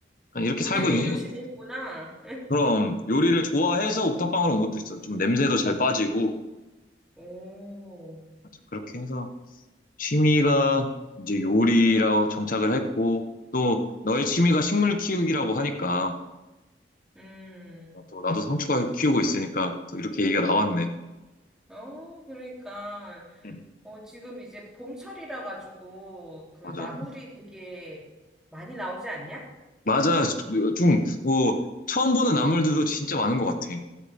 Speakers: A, on the left; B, in the centre.
A: 그냥 이렇게
B: 요리도
A: 살고 있는
B: 열심히
A: 거지.
B: 했구나.
A: 그럼 요리를 좋아해서 옥탑방으로 온 것도 있어. 좀 냄새도 잘 빠지고
B: 오,
A: 맞아, 그렇게 해서 취미가 이제 요리라고 정착을 했고 또 너의 취미가 식물 키우기라고 하니까
B: 음.
A: 어, 또 나도 상추가 키우고 있으니까 또 이렇게 얘기가 나왔네.
B: 어, 그러니까.
A: 음,
B: 어, 지금 이제 봄철이라 가지고 그
A: 맞아.
B: 나물이 되게 많이 나오지 않냐?
A: 맞아. 좀, 뭐, 처음 보는 나물들도 진짜 많은 것 같아.